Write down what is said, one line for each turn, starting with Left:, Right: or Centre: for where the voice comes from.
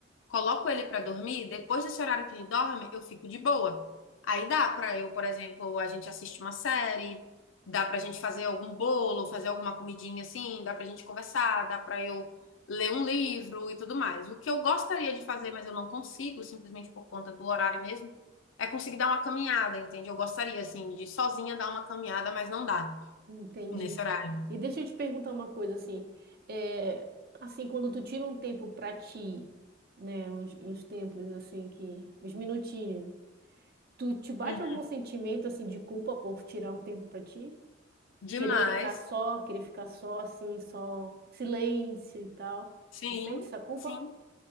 Left: coloco ele pra dormir, depois desse horário que ele dorme, eu fico de boa. Aí dá pra eu, por exemplo, a gente assiste uma série, dá pra gente fazer algum bolo, fazer alguma comidinha assim, dá pra gente conversar, dá pra eu ler um livro e tudo mais. O que eu gostaria de fazer, mas eu não consigo, simplesmente por conta do horário mesmo, é conseguir dar uma caminhada, entende? Eu gostaria, assim, de sozinha dar uma caminhada, mas não dá
Right: Entendi.
Left: nesse horário.
Right: E deixa eu te perguntar uma coisa assim, é, assim quando tu tira um tempo pra ti, né, uns, uns tempos assim que, uns minutinhos, tu te bate
Left: Uhum.
Right: algum sentimento assim de culpa por tirar um tempo pra ti?
Left: Demais.
Right: Querer ficar só, querer ficar só assim, só silêncio e tal.
Left: Sim,
Right: Tu sente essa culpa?
Left: sim,